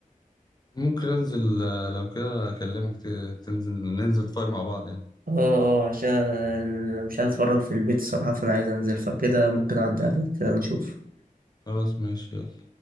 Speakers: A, on the left; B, on the right.
A: ممكن انزل آه، لو كده اكلمك ت- تنزل ننزل نتفرج مع بعض يعني
B: اه اه عشان مش هتفرج في البيت الصراحة فانا عايز انزل فكده ممكن اعدي عليك كده نشوف
A: خلاص ماشي يلا